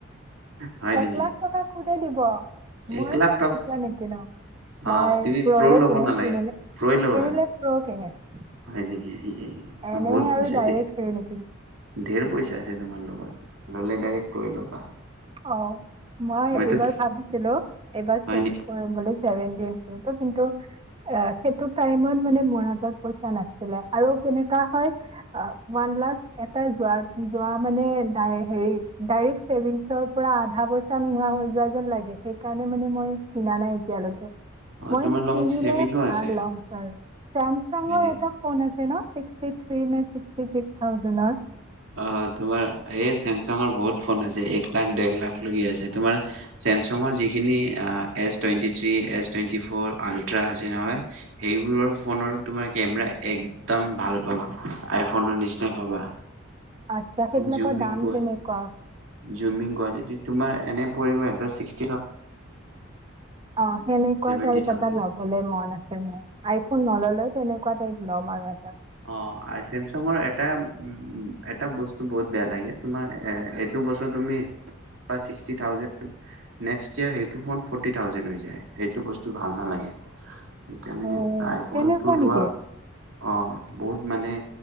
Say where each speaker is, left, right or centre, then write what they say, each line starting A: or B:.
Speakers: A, on the right (about 75°); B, on the right (about 25°).
A: হয় নেকি?
B: এক <unintelligible> দিব। মই
A: এক লাখ
B: চাগে
A: টকা
B: এতিয়া নিকিনো,
A: অ
B: মই
A: তুমি
B: প্ৰ'য়ে
A: প্ৰ' ল'ব
B: কিনিম
A: নালাগে
B: কিনিলে,
A: প্ৰ'ই ল'বা
B: কিনিলে প্ৰ কিনিম।
A: হয় নেকি,
B: এনেই
A: বহুত পইছো
B: আৰু ডাইৰেক্ট
A: দে।
B: হেৰি নিকিনো
A: ধেৰ পইচা আছে তোমাৰ লগত। ললে ডাইৰেক্ট প্ৰ এ ল'বা।
B: অ', মই
A: মইতো
B: এইবাৰ ভাবিছিলো, এইবাৰ
A: হয়
B: চেঞ্জ
A: নেকি
B: কৰিম বুলি সেভেন্তিন প্ৰ'টো কিন্তু, আহ, সেইটো টাইমত মানে মোৰ হাতত পইচা নাছিলে। আৰু কেনেকুৱা হয়, ওৱান লাখ এটা যোৱাৰ, যোৱা মানে দাই হেৰি ডাইৰেক্ট ছেভিংছত পুৰা আধা পইচা নোহোৱা হৈ যোৱা যেন লাগে, সেইকাৰণে মানে মই কিনা নাই এতিয়ালৈকে।
A: অ
B: মই
A: তোমাৰ লগত
B: কিনিলে
A: ছেভিংও
B: ভাল
A: আছে
B: লম আৰু। ছেমছাংৰ
A: হয় নি
B: এটা ফন আছে ন', চিক্স ই থ্ৰী নে চিক ফিকি ছিক্স থাউজেণ্ডৰ।
A: অ' তোমাৰ এই চেমচাঙৰ বহুত ফোন আছে, এক লাখ-ডেৰ লাখ লৈকে আছে। তোমাৰ, চেমচাঙৰ যিখিনি S twenty three, S twenty four ultra আছে নহয়। সেইবোৰৰ ফোনৰ তোমাৰ কেমেৰা একদম ভাল পাবা, আইফোনৰ নিচিনাই পাবা।
B: আটচ্ছা, সেইবিলাকৰ
A: জুমিং
B: দাম
A: কোৱা
B: কেনেকুৱা?
A: Zooming quality. তোমাৰ এনে পৰিব এটা ছিক্স
B: অ' সেনেকুৱা
A: ছেভেন্টি
B: টাইপ
A: থাউজেণ্ড
B: এটা লবলে মন আছে মোৰ আইফোন নললেও তেনেকুৱা টাইপ লম আৰু এটা
A: অ' আৰু চেমচাঙৰ এটা এটা বস্তু বহুত বেয়া লাগে তোমাৰ এইটো বছৰ তুমি চিকস্টি থাউজেন নেক্সট ইয়েৰ সেইটো বস্ত ফৌৰটি থাউজেন হৈ যায় হেইটো বস্তু ভাল নালাগে সেইকাৰণে
B: অ
A: আইফোনটো
B: তেনেকুৱা
A: লোৱা
B: নেকি
A: অ' বহুত মানে